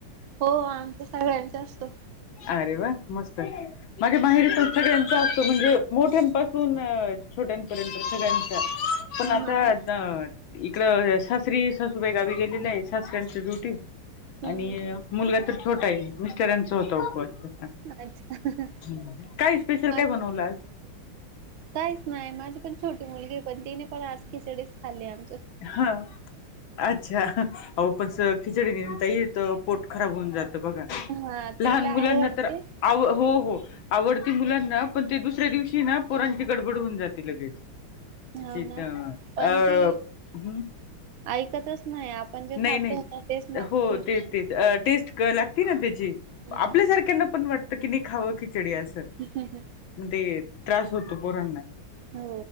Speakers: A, on the right (about 75°); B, on the left (about 70°).
A: हो आमचा सगळ्यांचा असतो
B: अरे वा मस्त माझ्या माहेरी पण सगळे सगळ्यांचा असतो म्हणजे मोठ्यांपासून छोट्यांपर्यंत सगळ्यांचा पण
A: हम्म
B: आता अ इकड स श्री सासुबाई गावी गेलेली आहे सासऱ्यांचं ड्युटी
A: हम्म
B: आणि मुलगा तर छोटा आहे मिस्टरांचा होता उपवास तसा
A: अच्छा
B: हम्म काय स्पेशल
A: माझे
B: काय बनवलं आज?
A: काहीच नाही माझी पण छोटी मुलगी आहे पण तिने पण आज खिचडीच खाल्ली आण
B: हा अ च्छा अहो पण स खिचडी ताई तो पोट खराब होऊन जातं बघा.
A: हा
B: लहान
A: तिला
B: मुलांना
A: आवडते.
B: तर आव हो हो आवडती मुलांना पण ते दुसऱ्या आहे ना पोरांची गडबड होऊन जाते लगेच
A: हो
B: ची
A: ना
B: तर
A: पण
B: अ
A: ती
B: हम्म
A: ऐकतच नाही आपण जे
B: नाही
A: खातो
B: नाही
A: ना तेच मागते
B: हो तेच तेच अ टेस्ट क लागती ना त्याची
A: हम्म
B: आपल्यासारख्यांना पण वाटतं कि नाही खावं खिचडी असं
A: ह हं हं
B: मग ते त्रास होतो पोरांना
A: हो